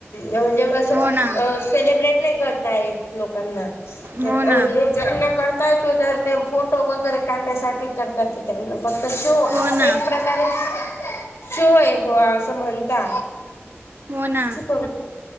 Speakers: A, on the left (about 80°); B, on the right (about 50°).
A: म्हणजे असं
B: हो ना
A: सेलिब्रेट नाही करता येत. जना
B: हो ना
A: करता येतो तर ते फोटो वगैरे काढण्यासाठी करतात ते त्यांना फक्त शो
B: हो ना
A: एक प्रकारे शोय भवा असं म्हणता.
B: हो ना,
A: चुकून